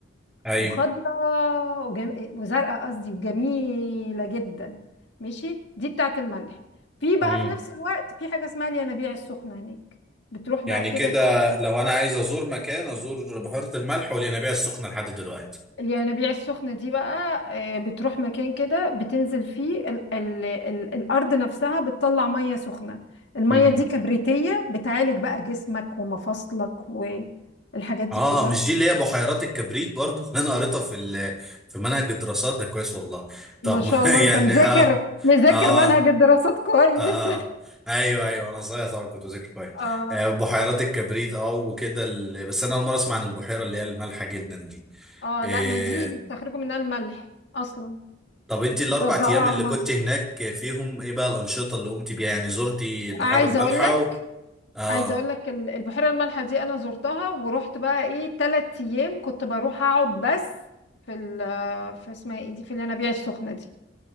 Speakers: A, in the centre; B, on the left.
A: ايوه
B: وخضراء وجم... وزرقاء قصدي وجميله جدا ماشي دي بتاعت الملح في بقى
A: امم
B: في نفس الوقت في حاجه اسمها الينابيع السخنه هناك بتروح
A: يعني
B: بقى كده
A: كده
B: تقعد
A: لو انا عايز ازور مكان ازور بحيرة الملح والينابيع السخنة لحد دلوقتي
B: الينابيع السخنة دي بقى آه، بتروح مكان كده بتنزل فيه ال ال ال الأرض نفسها بتطلع مية سخنة المية
A: امم
B: دي كبريتية بتعالج بقى جسمك ومفاصلك والحاجات دي
A: اه
B: كلها
A: مش دي اللي هي بحيرات الكبريت برضو اللي انا قريتها في ال- في منهج الدراسات ده كويس والله طب
B: ما شاء
A: ما <laughs>
B: الله انت
A: يعني
B: مذاكر
A: اه
B: مذاكر
A: اه
B: منهج الدراسات كويس
A: اه ايوه ايوه انا صغير طبعا كنت بذاكر كويس
B: <laughs> اه
A: آه بحيرات الكبريت اه وكده ال- بس انا اول مره اسمع عن البحيره اللي هي المالحه جدا دي
B: اه
A: آه،
B: لا ما دي بيستخرجوا منها الملح اصلا
A: طب انت الاربع
B: بيوزعوه
A: ايام
B: على
A: اللي
B: مصر
A: كنت هناك فيهم ايه بقى الانشطه اللي قمت بيها يعني زرتي البحيره
B: عايزه
A: المالحه
B: اقول لك
A: و... اه
B: عايزه اقول لك ال- البحيره المالحه دي انا زرتها ورحت بقى ايه تلات ايام كنت بروح اقعد بس في ال في اسمها ايه دي في الينابيع السخنه دي